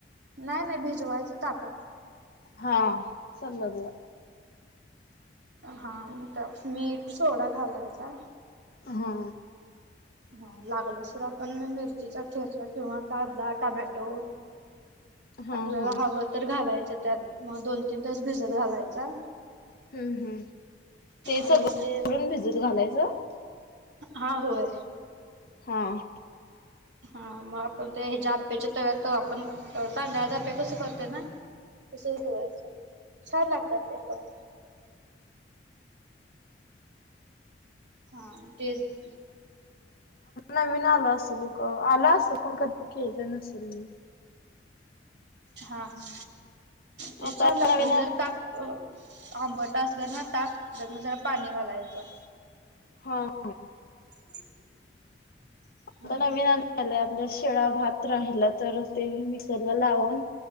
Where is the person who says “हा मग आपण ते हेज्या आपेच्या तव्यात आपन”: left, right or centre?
Right